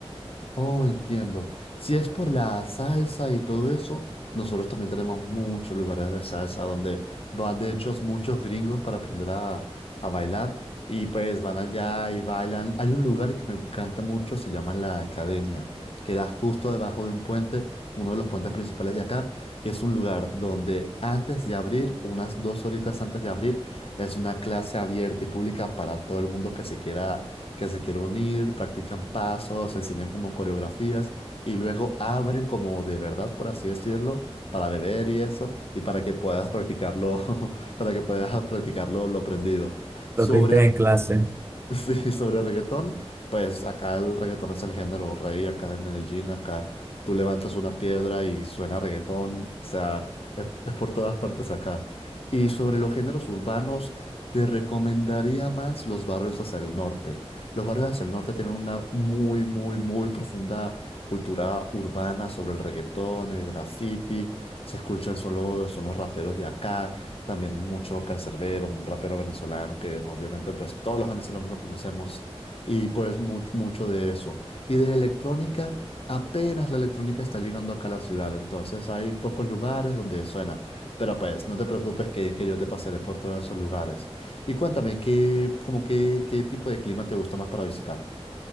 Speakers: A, on the left; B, on the right.
A: Oh, entiendo. Si es por la salsa y todo eso, nosotros también tenemos muchos lugares de salsa donde van de hecho muchos gringos para aprender a, a bailar y pues van allá y bailan. Hay un lugar que me encanta mucho, se llama La Academia, queda justo debajo de un puente, uno de los puentes principales de acá. y Es un lugar donde antes de abrir, unas dos horitas antes de abrir, es una clase abierta y pública para todo el mundo que se quiera que se quieren unir, practican pasos, enseñan como coreografías y luego abren como de verdad, por así decirlo, para beber y eso, y para que puedas practicarlo, <laughs> para que puedas practicarlo lo aprendido. Sobre
B: lo que viste en clase.
A: <laughs> Sí, sobre reggaetón, pues acá el reggaetón es el género rey acá de Medellín, acá tú levantas una piedra y suena reggaetón, o sea, es, es por todas partes acá. Y sobre los géneros urbanos, te recomendaría más los barrios hacia el norte. Los barrios hacia el norte tienen una muy, muy, muy profunda cultura urbana sobre el reggaetón, el graffiti, se escuchan, son los, son los raperos de acá. También mucho Canserbero, un rapero venezolano que obviamente pues todos los venezolanos lo conocemos y pues much- mucho de eso. Y de electrónica, apenas la electrónica está llegando acá a la ciudad, entonces hay pocos lugares donde suena. Pero pues no te preocupes que, que yo te pasaré por todos esos lugares. Y cuéntame, ¿qué, como qué, qué tipo de clima te gusta más para visitar?